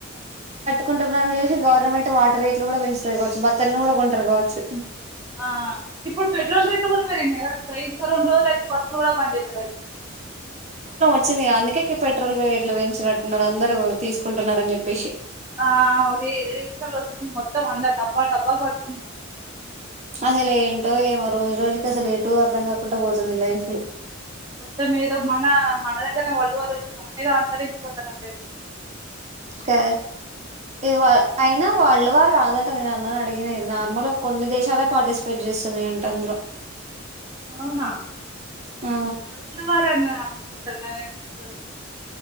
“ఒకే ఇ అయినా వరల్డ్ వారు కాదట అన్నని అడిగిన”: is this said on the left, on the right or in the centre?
Right